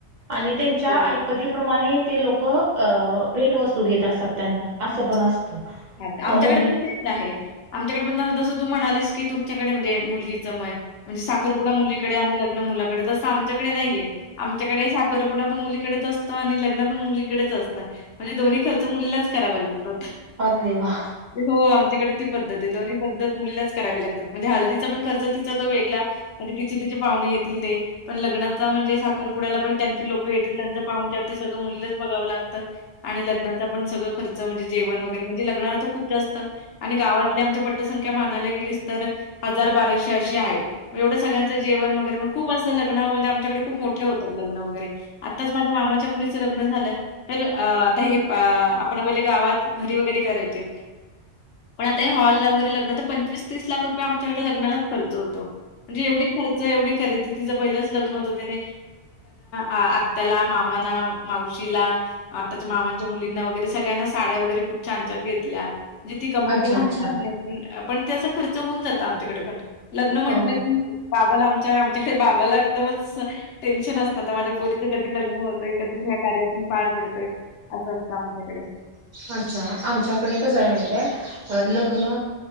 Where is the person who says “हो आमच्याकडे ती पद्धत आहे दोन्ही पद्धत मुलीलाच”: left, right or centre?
Left